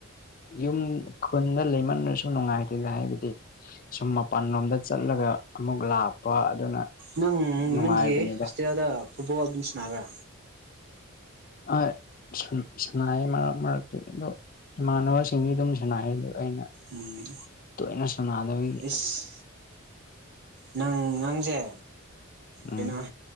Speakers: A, on the left; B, on the right.
A: ꯌꯨꯝ ꯈꯨꯟꯗ ꯂꯩꯃꯟ꯭ꯔꯁꯨ ꯅꯨꯡꯉꯥꯏꯇꯦꯗ ꯍꯥꯏꯕꯗꯤ ꯁꯨꯝ ꯃꯄꯥꯟꯂꯣꯝꯗ ꯆꯠꯂꯒ ꯑꯃꯨꯛ ꯂꯥꯛꯄ ꯑꯗꯨꯅ
B: ꯅꯪ
A: ꯅꯨꯡꯉꯥꯏꯕꯅꯤꯗ
B: ꯅꯪꯒꯤ ꯍꯣꯁꯇꯦꯜꯗ ꯐꯨꯠꯕꯣꯜ ꯑꯗꯨꯝ ꯁꯥꯟꯅꯕ꯭ꯔꯥ
A: ꯑꯥ ꯁꯥꯟ ꯁꯥꯟꯅꯩ ꯃꯔꯛ ꯃꯛꯇꯥꯗꯤ ꯑꯗꯣ ꯏꯃꯥꯟꯅꯕꯁꯤꯡꯗꯤ ꯑꯗꯨꯝ ꯁꯟꯅꯥꯏ ꯑꯗꯨ ꯑꯩꯅ
B: ꯎꯝ
A: ꯇꯣꯏꯅ ꯁꯟꯅꯥꯗꯕꯒꯤ
B: ꯏꯁ ꯅꯪ ꯅꯪꯖꯦ
A: ꯎꯝ
B: ꯀꯩꯅꯣ